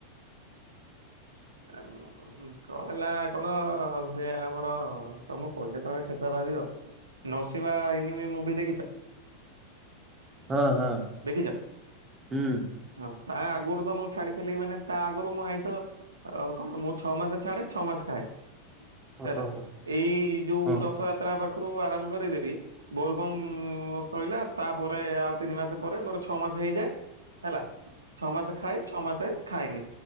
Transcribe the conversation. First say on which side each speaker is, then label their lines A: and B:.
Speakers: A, on the right; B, on the right.
A: ଆଉ <inaudible> କଣ ହେଲା କଣ ସେ ଆମର ତମୁକୁ କହିଲେ ତମେ କେବେ ବାହାରିବ। ନରସିମା ଏନିମି ମୁଭି ଦେଖିଛ।
B: ହଁ-ହଁ-ହୁଁ।
A: ଦେଖିଛ? ହଁ ତା ଆଗରୁ ତ ମୁଁ ଛାଡିଥିଲି ମାନେ ତା ଆଗରୁ ମୁଁ ଆଇଁଷ ଆଉ କଣ ମୁଁ ଛଅ ମାସ ଛାଡେ ଛଅ ମାସ ଖାଏ। ହେଲା
B: ହଁ ହଁ
A: ଏଇ ଯୋଉ
B: ହଁ
A: ରଥ ଯାତ୍ରା ପାଖରୁ ଆରମ୍ଭ କରିଦେବି ବୋଲ ବମ୍ ସରିଲା ତାପରେ ଆଉ ତିନି ମାସ ପରେ ମୋର ଛଅ ମାସ ହେଇଯାଏ। ହେଲା ଛଅ ମାସେ ଖାଏ ଛଅ ମାସେ ଖାଏନି